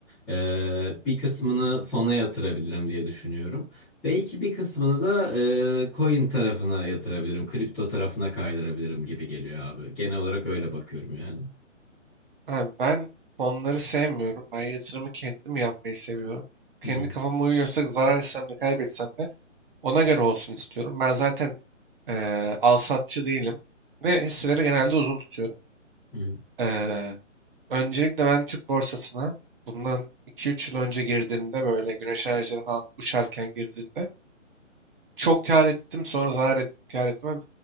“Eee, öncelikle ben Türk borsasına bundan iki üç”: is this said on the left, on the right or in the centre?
Right